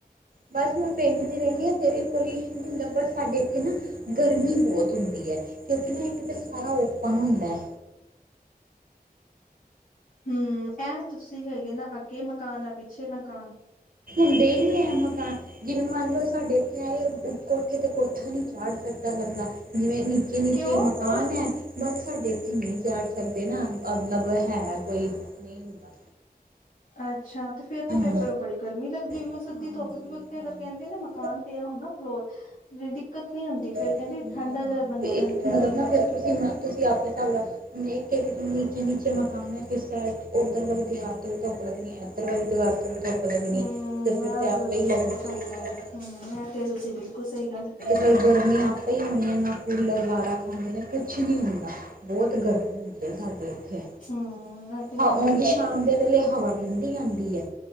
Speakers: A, on the right; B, on the left.
A: ਬਸ ਮੈਂ ਪਿੰਡ ਰਹਿੰਦੇ ਇੱਥੇ ਵੀ ਪੋਲਊਸ਼ਨ ਨਹੀਂ ਹੁੰਦਾ ਪਰ ਸਾਡੇ ਇੱਥੇ ਨਾ ਗਰਮੀ ਬਹੁਤ ਹੁੰਦੀ ਹੈ ਕਿਉਂਕਿ ਨਾ ਇੱਕ ਤਾਂ ਸਾਰਾ ਓਪਨ ਹੁੰਦਾ।
B: ਹਮ ਐ ਤੁਸੀਂ ਹੈਗੇ ਨਾ ਅੱਗੇ ਮਕਾਨ ਪਿੱਛੇ ਮਕਾਨ
A: ਹੁੰਦੇ ਹੀ ਨੀ ਹੈ ਮਕਾਨ ਜਿਵੇਂ ਮੰਨ ਲਓ ਸਾਡੇ ਇੱਥੇ ਆਏ ਕੋਠੇ ਤੇ ਕੋਠਾ ਨਹੀਂੀ ਚਾੜ ਸਕਦਾ ਬੰਦਾ ਜਿਵੇਂ ਨ ਨਿੱਕੇ- ਨਿੱਕੇ
B: ਕਿਉਂ?
A: ਮਕਾਨ ਹੈ ਬਸ ਸਾਹਾਡੇ ਨਹੀਂ ਚੜ ਸਕਦੇ ਨਾ ਅਲਬ ਹੈ ਕੋਈ ਨਹੀਂ ਹੁੰਦਾ।
B: ਅੱਛਾ ਤੇ ਫੇਰ ਤੇ
A: ਹਾਂ
B: ਬੜੀ ਗਰਮੀ ਲੱਗਦੀ ਵੀ
A: ਹਾਂਜੀ
B: ਸਿੱਧੀ ਧੁੱਪ ਵੀ ਉੱਤੇ
A: ਹਾਂਜੀ
B: ਅਗਰ ਕਹਿੰਦੇ ਨਾ ਮਕਾਨ ਤੇ ਆ ਹੋ ਨਾ ਫਲੋਰ ਤੇ ਦਿੱਕਤ ਨੀ ਹੁੰਦੀ ਫੇਰ
A: ਨਾ-
B: ਕਹਿੰਦੇ ਠੰਡਾ
A: ਨਾ
B: ਜਿਹਾ ਬੰਨਿਆ
A: ਇੱਕ
B: ਰਹਿੰਦੇ ਨੇ
A: ਮਤਲਬ
B: ਕਮਰਿਆਂ
A: ਨਾ ਫਿਰ
B: ਚ
A: ਤੁਸੀਂ -ਤੁਸੀਂ ਆਪੇ ਹਿਸਾਬ ਨਾਲ ਇੱਕ -ਇੱਕ ਉੱਚੇ ਨੀਚੇ ਮਕਾਨ ਹੈ। ਫਿਰ ਸਾਈਡ ਚ ਉੱਧਰ ਵਾਲੀ ਦੀੁਵਾਰ ਤੋਂ ਵੀ ਧੁਪ ਲੱਗਣੀ ਹੈ ।ਇੱਧਰ ਵਾਲੀ ਦੀੁਵਾਰ ਤੋਂ ਵੀ ਧੁੱਪ ਲੱਗਣੀ
B: ਹਮ ਮੈਂ
A: ਫਿਰ ਆਪੇ
B: ਤੇ ਤੁਸੀਂ
A: ਹੀ ਲੱਗਣੀ
B: ਬਿਲਕੁਲ ਸਹੀ ਕਹਿ ਰਹੇ ਹੋ ਹਮ ਮੈਂ ਤੇ ਤੁਸੀਂ ਬਿਲਕੁਲ ਸਹੀ ਗੱਲ ਕਹੀ
A: ਫ
B: ਹੈ
A: ਗਰਮੀ ਆਪੇ ਹੀ ਹੋਣੀ ਹੈ ਨਾ ਕੂਲਰ ਵਾਰਾ ਖਾਂਦੇ ਨੇ ਕੁਛ ਨਹੀਂ ਹੁੰਦਾ ਬਹੁਤ ਗਰਮੀ ਹੁੰਦੀ ਹੈ ਸਾਡੇੱ
B: ਹੂੰ ਇਹ ਤੇ
A: ਹਾਂ
B: ਹੈ
A: ਹਣ
B: ਹੀ।
A: ਜ ਸ਼ਾਮ ਦੇ ਵੇਲੇ ਹਵਾ ਰੰਿੰਦੀ ਆਉਂਦੀ ਹੈ